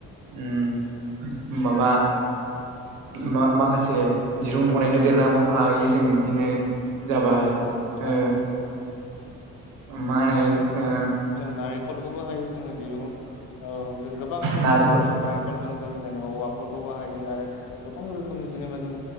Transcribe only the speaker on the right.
ओम माबा मा-माखासे दिरुं बनायनो देरनाब हायो जों इदिनो जाबाय ओ
मा होनो ओ
नारेंखल